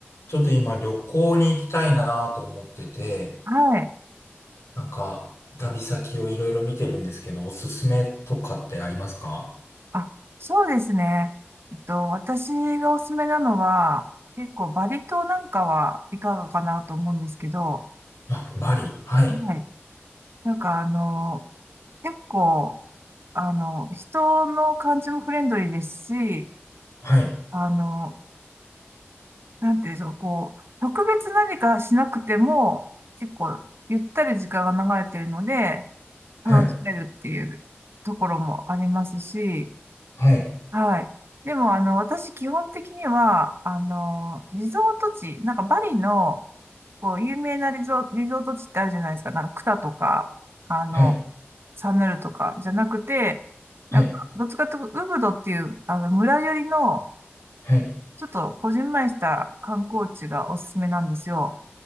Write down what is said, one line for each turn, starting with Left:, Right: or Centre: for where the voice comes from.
Left: ちょっと今旅行に行きたいなと思ってて、
Right: はい。
Left: なんか旅先をいろいろ見てるんですけど、おすすめとかってありますか
Right: あ、そうですね。えっと、私がおすすめなのは、結構バリ島なんかはいかがかなと思うんですけど、
Left: あ、バリ。はい。
Right: はい。なんかあの、結構、あの、人の感じもフレンドリーですし、
Left: はい。
Right: あの、なんていうんでしょう、こう、特別何かしなくても、結構、ゆったり時間が流れてるので、
Left: はい。
Right: 楽しめるっていうところもありますし、
Left: はい。
Right: はい。でも、あの、私、基本的には、あの、リゾート地、なんかバリの、こう、有名なリゾ、リゾート地ってあるじゃないですか。なんか、クタとか、あの、
Left: はい。
Right: サヌルとか、じゃなくて、なんか、
Left: はい。
Right: どっちかというと、ウブドっていう、あの、村寄りの、
Left: はい。はい。
Right: ちょっと、こじんまりした観光地がおすすめなんですよ。